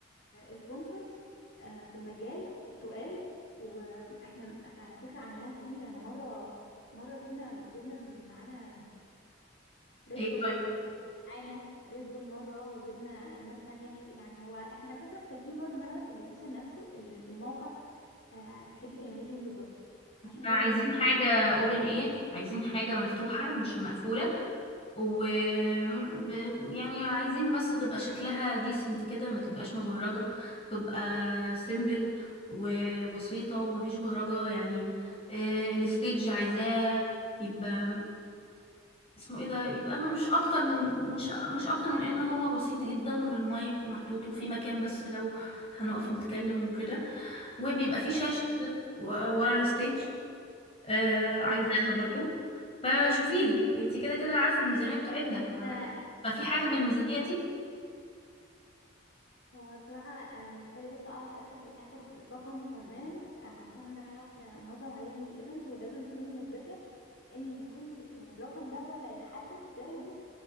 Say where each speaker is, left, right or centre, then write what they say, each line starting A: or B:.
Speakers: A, on the left; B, on the left.
A: سبونسرز في المجال تقال واحنا احنا على فكره عملناها كتير انا مره مره جبنا جبنا معانا ريد
B: ايه
A: بول
B: طيب
A: معانا ريد بول مره وجبنا ناس تانية في- يعني هو احنا بس محتاجين برضو نعرف اللوكيشن نفسه ال- الموقع آه، تحبي تعملي فين بالظبط عشان
B: احنا
A: برضو
B: عايزين
A: لسه
B: حاجة open air عايزين حاجة مفتوحة مش مقفولة و ب- يعني عايزين بس تبقى شكلها decent كده ما تبقاش مبهرجة تبقى simple و- وبسيطة ومفيش بهرجة يعني آه، الستيج عايزاه يبقى اسمه ايه ده يبقى مش اكتر مش مش اكتر من ان هو بسيط جدا والمايك محطوط وفي مكان بس لو هنقف نتكلم وكده وبيبقى في شاشة كده و- ورا الستيج آه عايزاها
A: هنناقش
B: برضو فشوفي لي انت كده كده عارفة الميزانية بتاعتنا
A: طيب احنا
B: ففي حاجة بالميزانية دي
A: هو بصراحة آه، محتاجة بس أعرف آخر آخر رقم تماما آه، عشان نعرف ننظم عليه الإيفنت ولازم تكوني مدركة إن كل يعني الرقم ده هو اللي هيحدد جودة